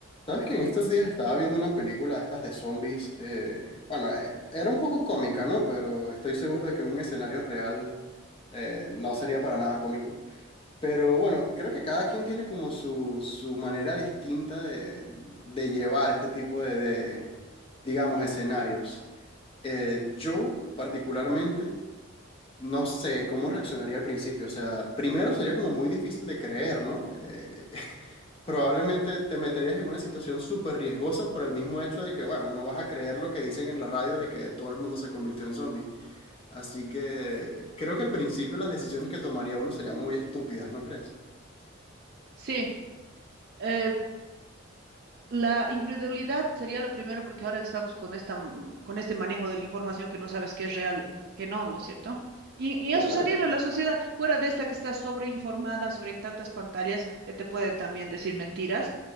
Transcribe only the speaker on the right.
Sí, eh, la incredulidad sería lo primero porque ahora estamos con esta, m- con este manejo de la información que no sabes qué es real, que no, ¿no es cierto? Y, y
ha sucedido
en la sociedad, fuera de esta que está sobreinformada sobre tantas pantallas que te pueden también decir mentiras.